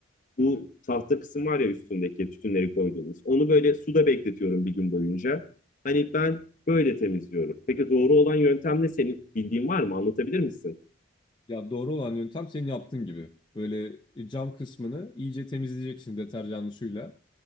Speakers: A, on the left; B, on the left.
A: bu tahta kısım var ya üstündeki tütünleri koyduğumuz. Onu böyle suda bekletiyorum bir gün boyunca. Hani ben Böyle temizliyorum. Peki doğru olan yöntem ne? Senin bildiğin var mı? Anlatabilir misin?
B: Ya doğru olan yöntem senin yaptığın gibi. Böyle cam kısmını iyice temizleyeceksin deterjanlı suyla.